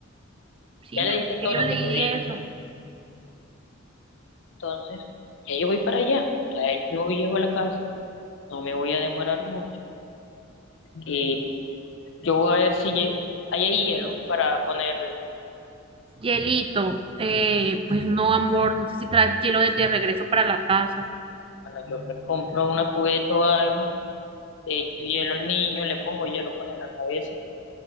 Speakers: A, on the right; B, on the left.
A: sí,
B: ya
A: mi
B: le diste
A: amor,
B: todo
A: que
B: lo
A: yo leí
B: que te di.
A: eso.
B: Entonces, ya yo voy para allá, ya yo llego a la casa, no me voy a demorar mucho. Y yo voy a ver si lle- hay hielo para ponerle
A: Hielito, eh, pues no, amor, no sé si traes hielo de de regreso para la casa.
B: Cuando yo me compro una cubeta o algo, le echo hielo al niño, le pongo hielo pues en la cabeza